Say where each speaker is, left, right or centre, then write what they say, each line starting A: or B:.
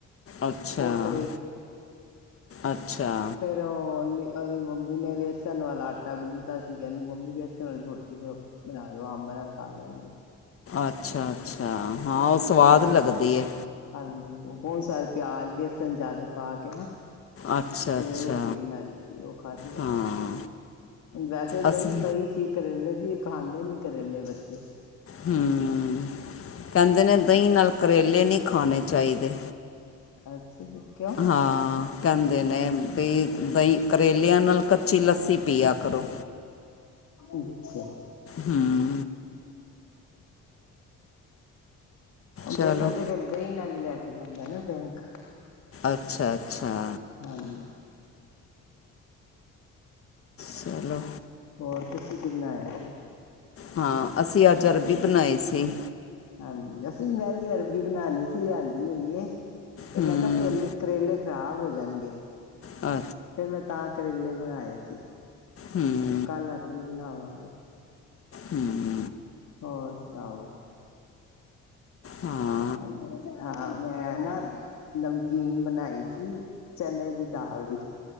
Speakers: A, on the left; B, on the left.
A: ਅੱਛਾ-
B: ਪੋਤਰੇ
A: ਅੱਛਾ।
B: ਤੇ ਉਹਦੀ-ਉਹਦੀ ਮੰਮੀ ਨੇੇ ਵੇਸਣ ਵਾਲਾ ਆਟਾ ਗੁੰਣਤਾ ਸੀ। ਕਹਦੀ ਮੰਮੀ ਵੇਸਣ ਵਾਲੀ ਰੋਟੀ ਬਨਾ ਦੋ ਅੰਬ ਨਾਲ ਖਾ ਲੈਨਗੇ
A: ਅੱਛਾ ਅੱਛਾ ਹਾਂ ਓ ਸਵਾਦ
B: ਫੇਰ ਬਸ
A: ਲੱਗਦੀ ਏ।
B: ਹਾਂਜੀ ਬੋਤ ਸਾਰੇ ਪਿਆਜ ਵੇਸਨ ਜਾਦਾ ਪਾ ਕੇ ਨਾ
A: ਅੱਛਾ
B: ਫੇਰ
A: ਅੱਛਾ
B: ਓ ਰੋਟੀ ਬਨਾਈ ਸੀ ਓ ਖਾਧੀਆ
A: ਹਾਂ
B: ਨੇ ਹੁਨ ਵੈਸੇ
A: ਅਸੀਂ
B: ਦਹੀ ਪਈ ਸੀ ਕਰੇਲੇ ਸੀ ਖਾਂਦੇ ਨੀ ਕਰੇਲੇ ਬੱਚੇ
A: ਹਮ ਕੇਂਦੇ ਨੇ ਦਹੀ ਨਾਲ ਕਰੇਲੇ ਨੀ ਖਾਨੇ ਚਾਈਦੇ
B: ਅੱਛਾ ਜੀ ਕਯੋ
A: ਹਾਂ ਕੇਂਦੇ ਨੇ ਬਈ ਦਹੀ ਕਰੇਲਆ ਨਾਲ ਕੱਚੀ ਲੱਸੀ ਪੀਆ ਕਰੋ
B: ਅੱਛਾ।
A: ਹਮ। ਚਲੋ
B: ਬੇਟਾ ਤੇ ਫੇਰ ਦਹੀ ਨਾਲ ਈ ਲੈ ਕੇ ਜਾਂਦਾ ਨਾ ਬੈਂਕ
A: ਅੱਛਾ ਅੱਛਾ।
B: ਹਾਂਜੀ।
A: ਚਲੋ।
B: ਹੋਰ ਤੁਸੀ ਕੀ ਬਨਾਆ ਸੀ?
A: ਹਾਂ ਅਸੀਂ ਅੱਜ ਅਰਬੀ ਬਨਾਈ ਸੀ
B: ਹਾਂਜੀ ਅਸੀ ਮੈਂ ਵੀ ਅਰਬੀ ਬਨਾਨੀ ਸੀ ਲਿਆਂਦੀ ਹੋਈ ਏ ਤੇ
A: ਹੂੰ
B: ਮੈਂ ਕਯਾ ਕੇਲ ਕਰੇਲੇ ਖਰਾਬ ਹੋ ਜਨਗੇ
A: ਅ
B: ਫੇਰ ਮੈਂ ਤਾਂ ਕਰੇਲੇ ਬਨਾਏ ਸੀ
A: ਹਮ।
B: ਕੱਲ ਅਰਬੀ ਬਨਾਵਾਂਗੇ
A: ਹਮ।
B: ਹੋਰ ਸੁਨਾਓ
A: ਹਾਂ।
B: ਹਾਂਜੀ ਹਾਂ ਮੈਂ ਨਾ ਨਮਕੀਨ ਬਨਾਈ ਸੀ ਚਨੇ ਦੀ ਦਾਲ ਦੀ